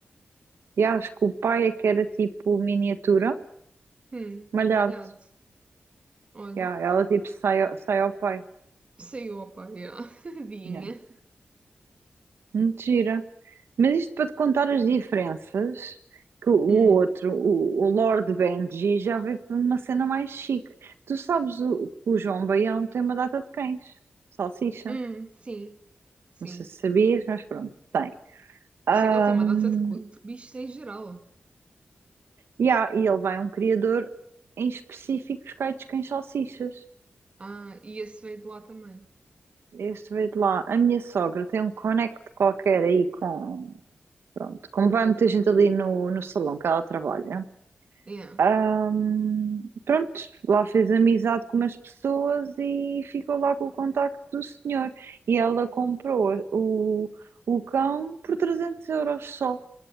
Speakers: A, on the right (about 85°); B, on the right (about 30°).
A: e acho que o pai é que era tipo miniatura,
B: Hum,
A: malhado.
B: e malhado. Olha,
A: Ya, ela tipo sai, ao- sai ao pai.
B: saiu, opa, yeah. <laughs> Dinha.
A: Yeah. Muito gira. Mas isto para te contar as diferenças, que o, o
B: Hum,
A: outro, o, o Lord Benji, já veio para uma cena mais chique. Tu sabes o, que o João Baião tem uma data de cães, salsicha.
B: hum, sim, sim.
A: Não sei se sabias, mas pronto, tem. Ahm,
B: Eu sei que ele tem uma data de, cu- de bichos em geral.
A: yeah, e ele vai a um criador em específico buscar de quem salsichas.
B: Ah, e esse veio de lá também.
A: Este veio de lá. A minha sogra tem um connect qualquer aí com. Pronto, como vai muita gente ali no, no salão que ela trabalha.
B: Yeah.
A: Ahm, pronto, lá fez amizade com umas pessoas e ficou lá com o contacto do senhor. E ela comprou o, o cão por 300 euros só.